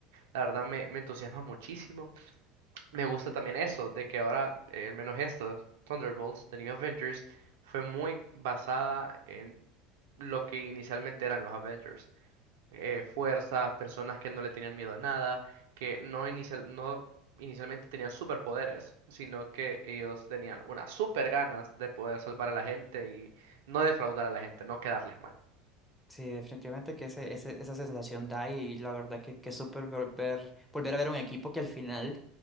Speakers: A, on the right; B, in the centre.
A: La verdad me, me entusiasma muchísimo. Me gusta también eso, de que ahora, eh, al menos esto, Thunderbolts, The New Avengers, fue muy basada en lo que inicialmente eran los Avengers eh, fuerzas, personas que no le tenían miedo a nada, que no inicial, no inicialmente tenían superpoderes, sino que ellos tenían unas super ganas de poder salvar a la gente y no defraudar a la gente, no quedarles mal.
B: Sí, definitivamente que ese, ese- esa sensación da y la verdad que, que es súper volver, volver a ver un equipo que al final